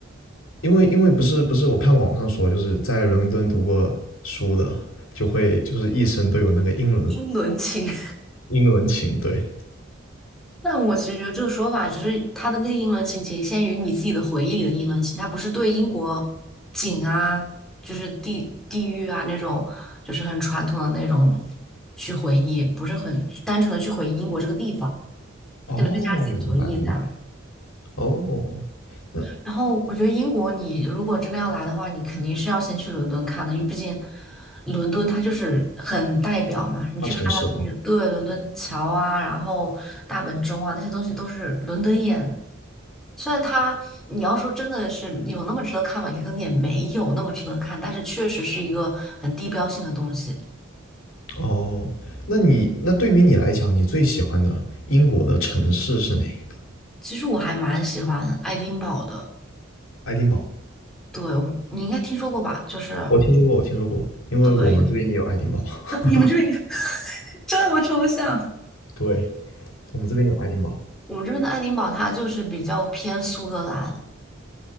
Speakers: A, on the left (about 90°); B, in the centre.
A: 因为因为不是不是，我看网上说，就是在伦敦读过书的，就会就是一生都有那个英伦
B: 英伦情。<laughs>
A: 英伦情。对，
B: 但我其实觉得这个说法只是它的那个英伦情仅限于你自己的回忆里的英伦情，它不是对英国景啊，就是地地域啊那种，就是很传统的那种去回忆，不是很单纯的去回忆英国这个地方，
A: 哦，
B: 可能会加入自己的回忆在
A: 明白明白，哦，那
B: 然后我觉得英国，你如果真的要来的话，你肯定是要先去伦敦看的，因为毕竟伦敦它就是很代表嘛。你去看它的那个，
A: 大城市吗？
B: 对，伦敦桥啊，然后大本钟啊，那些东西都是伦敦眼的虽然它你要说真的是有那么值得看嘛，也可能也没有那么值得看，但是确实是一个很地标性的东西。
A: 哦，那你那对于你来讲，你最喜欢的英国的城市是哪一个？
B: 其实我还蛮喜欢爱丁堡的，
A: 爱丁堡，
B: 对，你应该听说过吧？就是
A: 我听说过，我听说过，因为我们这边也有爱丁堡。
B: 对，
A: <laughs>
B: <laughs> 你们这里 <laughs> 这么抽象。
A: 对，我们这边有爱丁堡。
B: 我们这边的爱丁堡，它就是比较偏苏格兰，